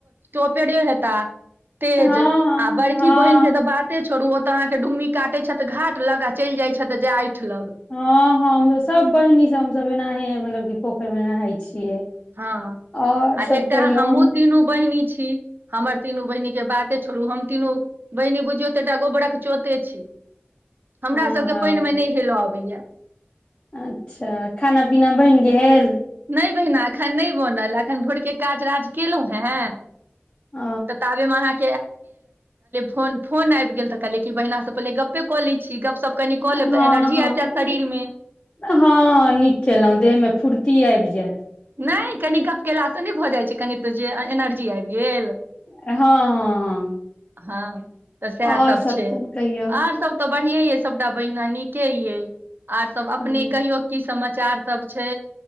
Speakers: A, on the right; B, on the left.
A: टोपेरे हेता तेज
B: हँ
A: आ बड़की
B: हँ
A: बहिनके तऽ बाते छोड़ू ओ तऽ अहाँके डुम्मी काटै छथि घाट लगा चलि जाइ छ त जाय ठ लग
B: हँ हँ हम सब बहिनी सब हमस एनाह मतलब क पोखरि मे नहााय छियै
A: हँ
B: और
A: आ
B: सब
A: एकटा
B: कहियौ
A: हमहुँ
B: हम
A: तीनू बहिनी छी हमर तीनू बहिनी के बाते छोड़ू हम तीनू बहिनी बुझियो त एकटा गोबरक चोते छी हमरा
B: हँ
A: सबके
B: हँ
A: पानिमे नहि हेलय अबैया
B: अच्छा खाना पीना बनि गेल
A: नहि बहिना एखन नइ बनल एखन भोरके काज राज केलहुँ हेँ
B: ओ
A: तऽ ताबे में अहाँ आ फन आब तऽ बे कऽ कनि कऽ
B: हँ
A: लेब तऽ एनर्जी
B: हँ
A: आबि जायत शरीर में
B: हँ नीक केलहुँ देह मेंफुर्ती आबि जायत
A: नहि कनि गप केलासँ नइ भऽ जाइ छै कनि तू जे एनर्जी आइब गेल
B: हँ हँ हँ
A: हँ तऽ सएह
B: और
A: सब छै
B: तहन कहियौ
A: आर सब त बढ़े य सबटा बहिना नीके यै आर सब
B: हँ
A: अपने कहियो की समाचार सब छै